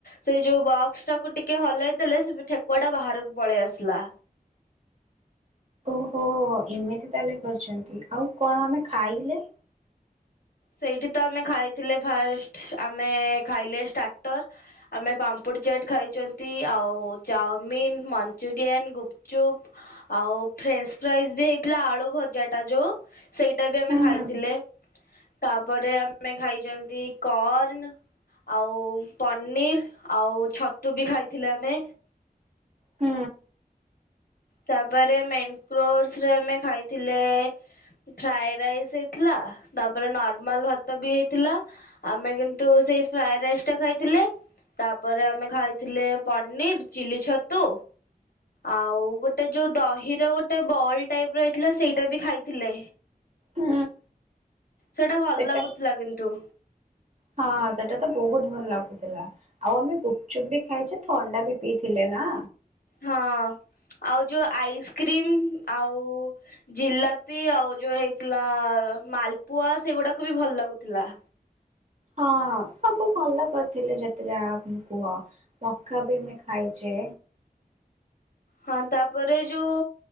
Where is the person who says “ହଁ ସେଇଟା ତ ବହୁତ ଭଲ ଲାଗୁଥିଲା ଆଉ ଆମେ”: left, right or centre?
Right